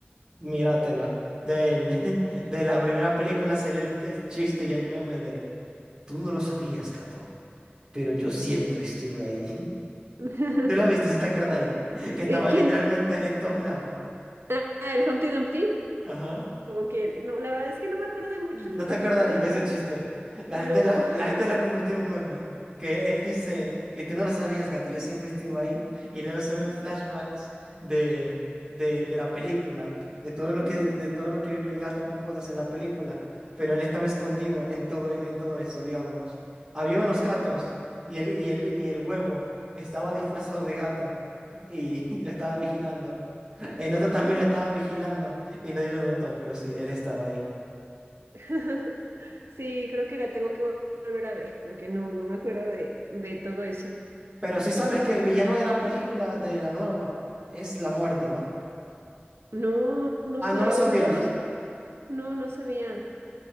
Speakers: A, on the right (about 20°); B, on the right (about 85°).
A: míratela. Del, <laughs> de la primera película salió el, el chiste y el meme de, tú no lo sabías, gato, pero yo siempre estuve ahí. <laughs>
B: <laughs>
A: ¿Te la viste? ¿Sí te acuerdas ahí? Que estaba
B: Eh, ¿quién?
A: literalmente en todos lados.
B: Ah, el Humpty Dumpty.
A: Ajá.
B: Como que no, la verdad es que no me acuerdo de muchos
A: ¿No
B: detalles,
A: te acuerdas
B: no me
A: de
B: acuerdo.
A: ese chiste? La
B: No.
A: gente lo,
B: <laughs>
A: la gente lo convirtió en un meme. Que él dice que tú no lo sabías, gato, yo siempre estuve ahí. Y luego se ven
B: Ajá,
A: flashbacks de, de, de la película, de todo lo
B: ujú,
A: que, de todo lo que vivió el gato con botas en la película. Pero él estaba escondido en todo, en todo eso, digamos. Había unos
B: ajá.
A: gatos y el, y el, y el huevo estaba disfrazado de gato y, <laughs> y lo estaba vigilando. El otro también lo estaba vigilando y nadie lo notó, pero sí, él estaba ahí.
B: <laughs> Sí, creo que la tengo que vol- volver a ver porque no, no me acuerdo de, de todo eso.
A: Pero sí sabes que el villano de la película, de la nueva, es la muerte, ¿no?
B: No, no
A: Ah,
B: sé,
A: ¿no lo sabías?
B: o sea, solo s- no, no sabía.